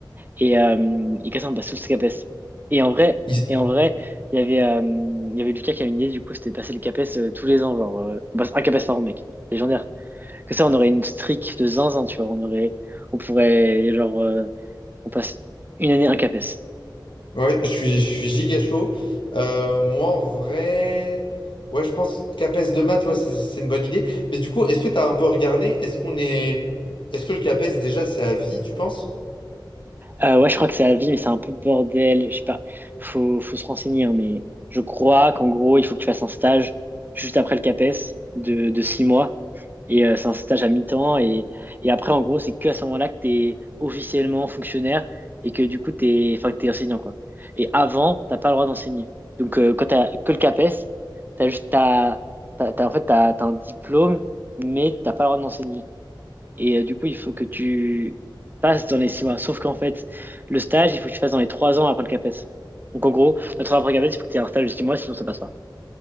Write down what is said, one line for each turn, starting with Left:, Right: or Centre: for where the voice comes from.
Right: et euh, il casse un basse sous CAPES. Et en vrai,
Left: Il-
Right: et en vrai, il y avait, euh, il y avait Lucas qui avait une idée, du coup, c'était de passer le CAPES euh, tous les ans, genre, euh, on passe un CAPES par an, mec. Légendaire. Que ça, on aurait une streak de zinzin, tu vois. On aurait, on pourrait, genre, euh, on passe une année un CAPES.
Left: ouais, je suis, je suis giga chaud. Euh, moi, en vrai, ouais, je pense CAPES de maths, ouais, c'est c'est une bonne idée. Mais du coup, est-ce que t'as un peu regardé? Est-ce qu'on est. Est-ce que le CAPES, déjà, c'est à vie, tu penses?
Right: Euh, ouais, je crois que c'est à vie, mais c'est un peu bordel. Je sais pas. Faut, faut se renseigner, hein, mais je crois qu'en gros, il faut que tu fasses un stage juste après le CAPES de, de six mois. Et euh, c'est un stage à mi-temps. Et, et après, en gros, c'est que à ce moment-là que tu es officiellement fonctionnaire et que du coup, t'es, enfin, que t'es enseignant, quoi. Et avant, t'as pas le droit d'enseigner. Donc, euh, quand t'as que le CAPES, t'as juste, t'as, t'as, t'as- en fait, t'as, t'as un diplôme, mais t'as pas le droit d'enseigner. Et euh, du coup, il faut que tu passes dans les six mois. Sauf qu'en fait, le stage, il faut que tu fasses dans les trois ans après le CAPES. Donc en gros, notre après le CAPES, il faut que tu aies un stage de six mois, sinon ça passe pas.